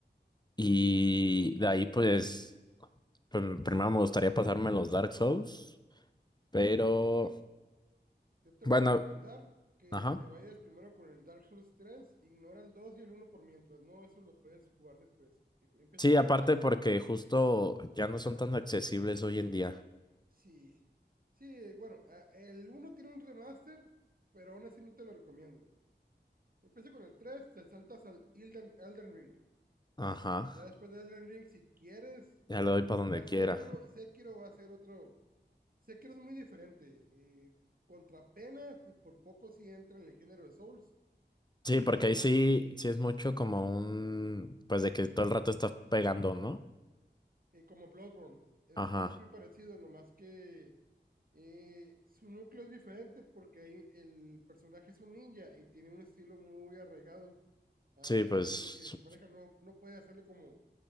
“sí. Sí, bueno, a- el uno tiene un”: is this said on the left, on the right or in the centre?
Right